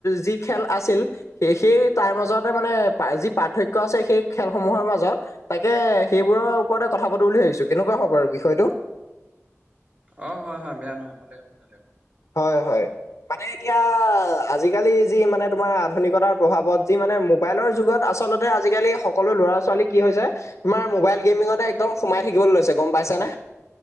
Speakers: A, on the left; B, on the right.
A: যি খেল আছিল। সেই সেই তাৰ মাজতে মানে যি পাৰ্থক্য আছে। সেই খেলসমূহৰ মাজত তাকে সেইবোৰৰ ওপৰতে কথা পাতো বুলি ভাবিছো। কেনেকুৱা হ'ব বাৰু বিষয়টো?
B: অ হয় হয় বেয়া নহয় ভালে হ'ব ভালে হ'ব।
A: হয় হয়। মানে এতিয়া আজিকালি যি মানে তোমাৰ আধুনিকতাৰ প্ৰভাৱত যি মানে মোবাইলৰ যুগত আচলতে আজিকালি সকলো ল'ৰা ছোৱালী কি হৈছে- তোমাৰ মোবাইল গেমিঙতে একদম সোমাই থাকিবলৈ লৈছে গম পাইছ নে?